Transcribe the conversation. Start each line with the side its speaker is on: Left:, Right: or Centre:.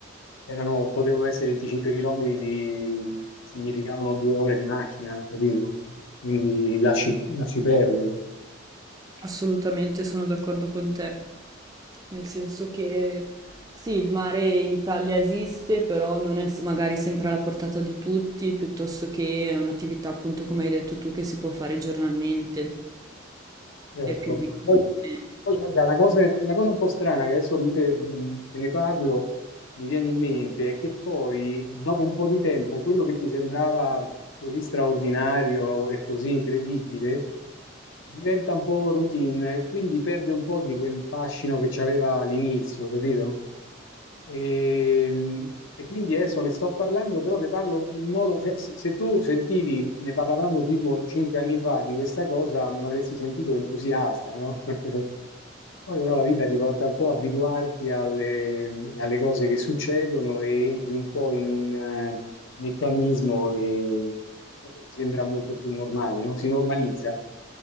Left: erano, potevano essere 25 chilometri di, che significavano due ore di macchina, capito? Quindi lasci, lasci perdere.
Right: Assolutamente sono d'accordo con te, nel senso che sì, il mare in Italia esiste, però non è se- magari sempre alla portata di tutti, piuttosto che è un'attività appunto come hai detto tu che si può fare giornalmente,
Left: Certo.
Right: è più vista.
Left: Poi,
Right: come-
Left: poi, guarda, la cosa, la cosa un po' strana che adesso mentre mh, te ne parlo mi viene in mente è che poi, dopo un po' di tempo, quello che ti sembrava così straordinario e così incredibile diventa un po' routine e quindi perde un po' di quel fascino che c'aveva all'inizio, capito? E, e quindi adesso ne sto parlando, però ne parlo in modo, cioè, se, se tu sentivi, ne parlavamo tipo cinque anni fa di questa cosa, mi avresti sentito entusiasta, no? <laughs> Poi però la vita ti porta un po' a abituarti alle, alle cose che succedono e entri un po' in un eh, meccanismo che dopo ti sembra molto più normale, no? Si normalizza.